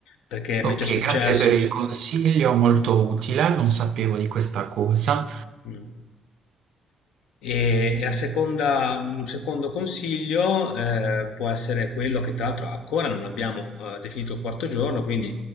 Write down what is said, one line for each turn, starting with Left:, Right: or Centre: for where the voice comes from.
Left: perché mi
Right: Ok,
Left: è già successo.
Right: grazie per il consiglio, molto utile, non sapevo di questa cosa.
Left: Mm. E la seconda, un secondo consiglio eh, può essere quello che tra l'altro ancora non abbiamo eh, definito il quarto giorno, quindi